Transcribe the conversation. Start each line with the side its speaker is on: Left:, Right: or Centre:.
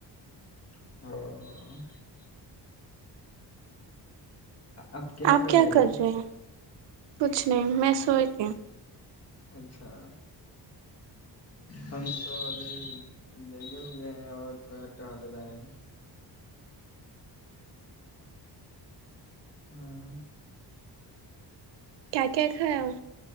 Left: <unintelligible> اب کیا
Right: آپ
Left: کر رہی ہے
Right: رہے ہیں کچھ نہیں میں سوچتیوں
Left: اچھا ہم تو ابھی جگے ہوئے ہیں اور تھوڑا ٹہل رہے ہیں ہاں
Right: کیا کیا کھایا وہ